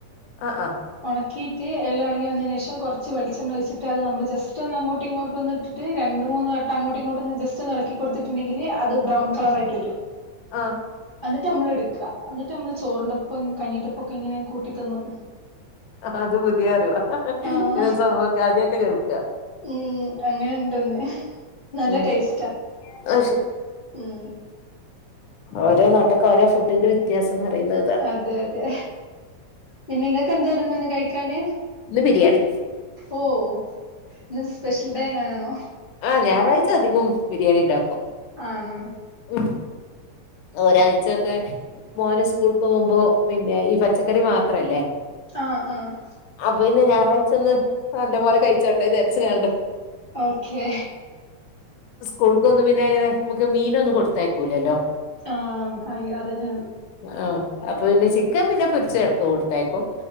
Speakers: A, on the left; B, on the left.
A: ആ ആ
B: ഒണക്കിയിട്ട് എല്ലാം ഒണങ്ങി വന്നേനേ ഷം കുറച്ച് വെളിച്ചെണ്ണ ഒഴിച്ച്ട്ട് അത് നമ്മള് ജസ്റ്റ് ഒന്ന് അങ്ങോട്ട് ഇങ്ങോട്ടൊന്ന് ട്ട് ട്ട് രണ്ട് മൂന്ന് വട്ടം അങ്ങോട്ടും ഇങ്ങോട്ടൊന്ന് ജസ്റ്റ് എളക്കി കൊടുത്ത്ട്ട്ണ്ടെങ്കിൽ അത് ബ്രൗൺ കളറായിട്ട് വരും
A: ആ
B: ന്നിട്ട് നമ്മള് ഇട്ക്കാ ന്നിട്ട് നമ്മള് ചോറിന്റെ പ്പം കഞ്ഞീന്റപ്പം ഒക്കെ ഇങ്ങനെ കൂട്ടി തിന്നും
A: അത് പുതിയേ അറിവാ
B: ആഹ്
A: ഇനെ സംഭവക്കെ ആദ്യായിട്ട് കേൾക്കാ
B: ഉം അങ്ങനെണ്ടൊന്ന് നല്ല
A: ഉം
B: ടേസ്റ്റാ
A: അത് ശരി
B: ഉം
A: ഓരോ നാട്ട്ക്ക് ഓരോ ഫുഡിന്റെ വ്യത്യാസം ന്ന്റയുന്നേ
B: അതെ അതെ പിന്നെ ഇങ്ങക്ക് എന്തേ രുന്നുന്ന് ഇന്ന് കഴിക്കാന്
A: ഇന്ന് ബിരിയാണി
B: ഓ ഇന്ന് സ്പെഷ്യൽ ഡേ എങ്ങാനും ആണേ
A: ആ ഞായറാഴ്ച അധിക്കും ബിരിയാണി ണ്ടാക്കും
B: ആന്നോ
A: ഓഫ് ഒരാഴ്ചൊക്കെ മോന് സ്കൂൾ ക്ക് പോവുമ്പോ പിന്നെ ഈ പച്ചക്കറി മാത്രല്ലേ
B: ആ ആ
A: അപ്പൊ പിന്നെ ഞായറാഴ്ച്ചൊന്ന് നല്ലപോലെ കഴിച്ചോട്ടെ ചാരിച്ച് കാണ്ട്
B: ഓക്കേ
A: സ്കൂൾ ക്കൊന്നും പിന്നെ അങ്ങനെ നമ്മക്ക് മീനൊന്നും കൊടുത്തേക്കൂലല്ലോ
B: ആഹ് അ ഇഅതന്നെ
A: ആ അപ്പൊ പിന്നെ ചിക്കൻ പിന്നെ പൊരിച്ച് എട്ക്ക് കൊടുത്തേക്കും